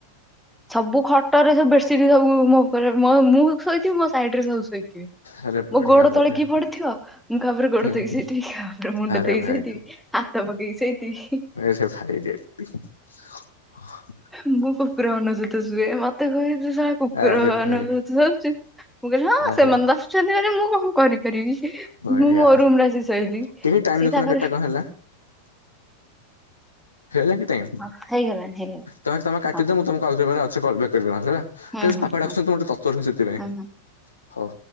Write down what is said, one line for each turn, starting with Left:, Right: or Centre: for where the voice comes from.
Centre: ସବୁ ଖଟରେ ସବୁ ବେଡ୍ସିଟ ସବୁ ମୋ ଉପରେ ମୋ ମୁଁ ଶୋଇଥିବି ମୋ ସାଇଡ ରେ ସବୁ ସେ କିିଏ?
Left: ଆରେ ବଢିଆ
Centre: ମୋ ଗୋଡ
Left: ବଢିଆ
Centre: ତଳେ କିଏ ପଡିଥିବ, ମୁଁ କାହା ଉପରେ ଗୋଡ
Left: ହୁଁ
Centre: ଥୋଇକି ଶୋଇଥିବି, କାହା ଉପରେ ମୁଣ୍ଡ
Left: ଆରେ
Centre: ଥୋଇକି
Left: ଭାଇ
Centre: ଶୋଇଥିବି। ହାତ ପକେଇକି ଶୋଇଥିବି।
Left: ସେ ଭାଇ <unintelligible>
Centre: ମୁଁ ମୋ କୁକୁର ମାନଙ୍କ ସହିତ ଶୁଏ। ମୋ ମତେ କହିଲେ ଶଳା କୁକୁର
Left: ଆରେ
Centre: ମାନଙ୍କ
Left: ଭାଇ
Centre: ସହିତ ଶୁଉଚୁ ମୁଁ କହିଲି ହଁ
Left: ଆରେ
Centre: ସେମାନେ ତ ଛନ୍ତି ମାନେ ମୁଁ କଣ କରିପାରିବି?
Left: ବଢିଆ
Centre: ମୁଁ ମୋ ରୁମ ରେ ଆସି ଶୋଇଲି।
Left: ଟିକେ ଟାଇମ
Centre: ସିଏ
Left: ଦେଖୁନ
Centre: ତାଙ୍କର
Left: କେତେଟା <unintelligible>
Centre: ହଁ ହେଇଗଲାଣି ହେଇଗଲାଣି।
Left: ତମେ ତମେ କାଟିଦିଅ
Centre: ହଁ
Left: ମୁଁ ତମକୁ ଆଉ ଟିକେ ପରେ ଆଉଥରେ କଲ୍ ବ୍ୟାକ କରିବି ହେଲା।
Centre: ହୁଁ
Left: ସେ
Centre: ହୁଁ
Left: ବାପା
Centre: ହୁଁ
Left: ଡାକୁଛନ୍ତି ମୁଁ ତର୍ ତର୍ ହେଉଚି ସେଥିପାଇଁ।
Centre: ହୁଁ ହୁଁ।
Left: ହଁ।